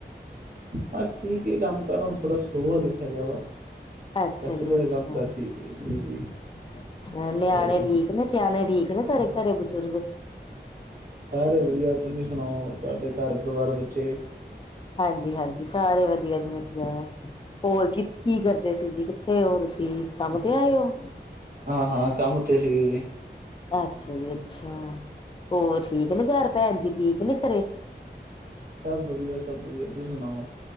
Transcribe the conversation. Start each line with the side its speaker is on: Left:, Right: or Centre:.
Right: ਆ ਠੀਕ ਏ ਕੰਮ ਕਾਰ, ਹੁਣ ਥੋੜ੍ਹਾ ਸਲੋਅ ਹਲੇ ਹੈਗਾ ਵਾ।
Left: ਅੱਛਾ
Right: ਵੈਸੇ
Left: ਜੀ
Right: ਤਾਂ
Left: ਅੱਛਾ,
Right: ਕੰਮ ਕਾਰ ਠੀਕ ਏ, ਜੀ ਜੀ
Left: ਅੱਛਾ ਨਿਆਣੇ
Right: ਹੋਰ
Left: ਠੀਕ ਨੇ ਸਿਆਣੇ ਠੀਕ ਨੇ, ਸਾਰੇ ਘਰੇ ਬਜ਼ੁਰਗ।
Right: ਸਾਰੇ ਵਧੀਆ, ਤੁਸੀਂ ਸਣਾਓ ਤੁਹਾਡੇ ਘਰ ਪਰਿਵਾਰ ਬੱਚੇ
Left: ਹਾਂਜੀ-ਹਾਂਜੀ, ਸਾਰੇ ਵਧੀਆ ਜੀ ਵਧੀਆ। ਹੋਰ ਕੀ- ਕੀ ਕਰਦੇ ਸੀ ਜੀ, ਕਿੱਥੇ ਹੋ ਤੁਸੀਂ, ਕੰਮ ਤੇ ਆਏ ਓ।
Right: ਹਾਂ- ਹਾਂ, ਕੰਮ ਤੇ ਸੀਗੇ ਜੀ।
Left: ਅੱਛਾ ਜੀ ਅੱਛਾ, ਹੋਰ ਠੀਕ ਨੇ ਘਰ ਭੈਣ ਜੀ, ਠੀਕ ਨੀ ਘਰੇ।
Right: ਸਭ ਵਧੀਆ- ਸਭ ਵਧੀਆ, ਤੁਸੀਂ ਸੁਣਾਓ